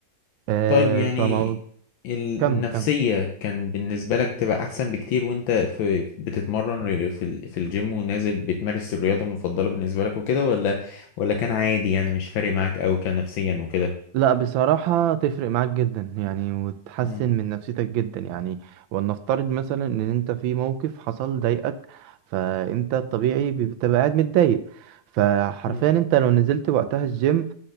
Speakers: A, on the right; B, on the left.
A: آه،
B: طيب يعني
A: فمو
B: النفسية
A: كمل كمل
B: كان بالنسبة لك بتبقى أحسن بكتير وأنت في بتتمرن ر- في ال- في الجيم ونازل بتمارس الرياضة المفضلة بالنسبة لك وكده ولا ولا كان عادي يعني مش فارق معاك أوي كنفسيا وكده
A: لا بصراحة تفرق معاك جدا يعني وتحسن
B: مم.
A: من نفسيتك جدا يعني ولنفترض مثلا ان انت في موقف حصل ضايقك فانت الطبيعي بتبقى قاعد متضايق فحرفيا
B: مم.
A: انت لو نزلت وقتها الجيم